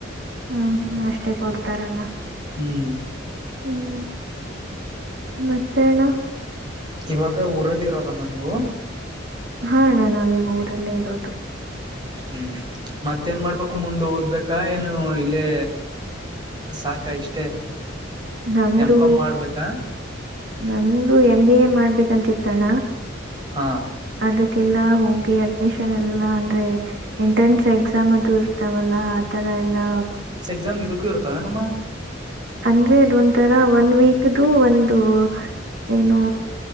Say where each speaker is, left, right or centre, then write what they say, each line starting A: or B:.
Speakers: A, on the right; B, on the right.
A: ಹ್ಮ್ ಹ್ಮ ಅಷ್ಟೇ ಕೊಡ್ತಾರಣ್ಣ.
B: ಹ್ಮ್
A: ಹ್ಮ್ ಮತ್ತೇಣ್ಣ.
B: ಇವಾಗ ಊರಲ್ಲಿ ಇರೋದಮ್ಮ ನೀವು.
A: ಹಾ ಹಣ್ಣ ನಾವೀಗ ಊರಲ್ಲೇ ಇರೋದು.
B: ಹ್ಮ್ ಮತ್ತೇನ್ ಮಾಡ್ಬೇಕು ಮುಂದ ಓದ್ಬೇಕಾ ಏನು ಇಲ್ಲೇ. ಸಾಕ ಇಷ್ಟೇ
A: ನಮ್ದು
B: ಎಮ್ಕಾಮ್ ಮಾಡ್ಬೇಕಾ
A: ನನ್ದು ಎಂ ಬಿ ಎ ಮಾಡ್ಬೇಕಂತಿತ್ತಣ್ಣ.
B: ಹಾ
A: ಅದಕ್ಕೆಲ್ಲಾ ಹೋಗಿ ಅಡ್ಮಿಷನ್ ಎಲ್ಲ ಅಂದ್ರೆ ಎಂಟ್ರೆನ್ಸ್ ಎಕ್ಸಾಮ್ ಅದು ಇರ್ತಾವಲ್ಲ. ತರ ಎಲ್ಲಾ.
B: <unintelligible> ಮ ಇದುಕ್ಕೊ ಇರ್ತ ಏನಮ್ಮ.
A: ಅಂದ್ರೆದು ಅದು ಒಂಥರ ಒನ್ ವೀಕ್ದು ಒಂದು ಏನು.